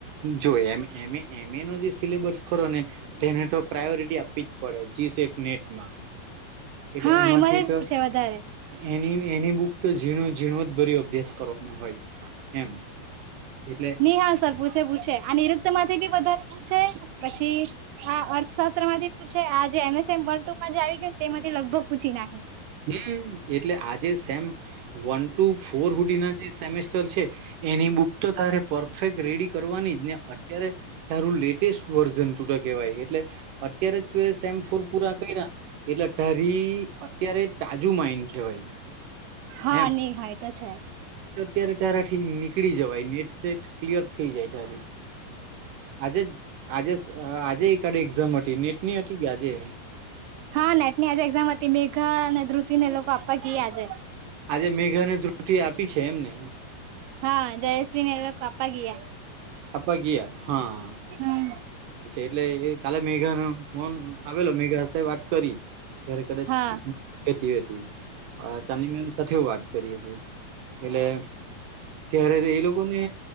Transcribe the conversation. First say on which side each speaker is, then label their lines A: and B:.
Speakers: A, on the right; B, on the right.
A: જો એમ એમ એ એમ એ નો જે સિલેબસ ખો ને તેને તો પ્રાયોરિટી આપવી જ પડે જી સટ નેટમાં એટલે
B: હા
A: એમાંથી
B: જ
A: તો
B: પૂછે વધારે
A: એની એની બુક તો ઝીણું ઝીણો જ ભર અભ્યાસ કરવાનો હોય એમ એટલે
B: ની હા સર પૂછે પૂછે આઋક્ત માંથી બી વધારે પૂછે પછી આ અર્થશાસ્ત્ર માંથી પૂ છે આ જે એમએસ એમ વન ટુ જ આવી કે તેમાંથી લગભગ પૂછી નાખી
A: હમ એટલે આજે સેમ વન ટુ ફોર હુડીના જે સેમેસ્ટર છે એની બુક તો તારે પરફેક્ટ રેડી કરવાની જ ને અત્યારે તારું લેટેસ્ટ વર્ઝન તૂટ કેહેવાય એટલે અત્યારે, એ સેમ્ફોર પૂરા કર્યા એટલે ટરી અત્યારે તાજું માઇન ખહેવાય
B: હા
A: એમ
B: નહી હોય તો છે
A: અત્યારે તારા ઠ નીકળી જવાયને સટ ક્લીયર થઈ જાય એટારી આજે આજે આજે એક કાડ એક્ઝામ હતી નેટની હતી કે આજે
B: હા નેટ ની આજે એક્ઝામ મેઘા અને ધુતિ ને લોકો આપવા ક આજે
A: આજે મેઘાને ત્રુટી આપી છે એમને.
B: હા જયશ્રીની પાપા ગીયા
A: હાપ ગયા હા.
B: હમ
A: છે એટલે એ કાલે મેઘા નો ફોન આવેલો મેઘા વાત કરી. ઠેર
B: હા
A: કરતી હતી ચાની મેમ સાથે વાત કરી હતી. એટલે ત્યારે એ લોકોને